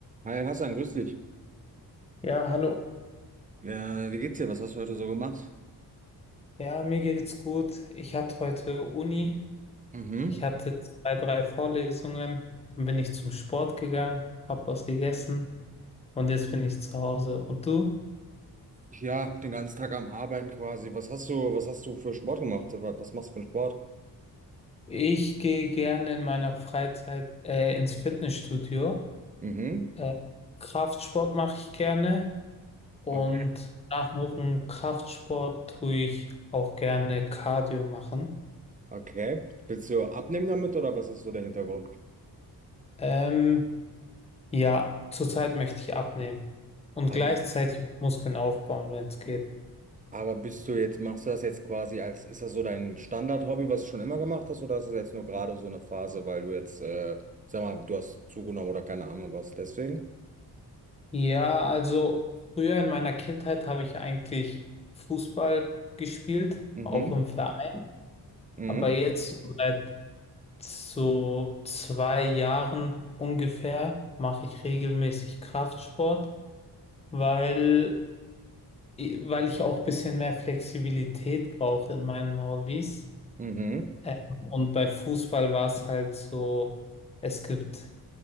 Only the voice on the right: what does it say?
Hi Hassan, grüß dich.
Äh, wie geht's dir? Was hast du heute so gemacht?
Mhm.
Ja, den ganzen Tag am Arbeiten quasi. Was hast du, was hast du für Sport gemacht? Wa- Was machst du für einen Sport?
Mhm.
Okay.
Okay. Willst du abnehmen damit oder was ist so der Hintergrund?
Also,
aber bist du jetzt, machst du das jetzt quasi als, ist das so dein Standard-Hobby, was du schon immer gemacht hast, oder ist das jetzt nur gerade so eine Phase, weil du jetzt, äh, sag mal, du hast zugenommen oder keine Ahnung was, deswegen?
Mhm.
Mhm.
Mhm.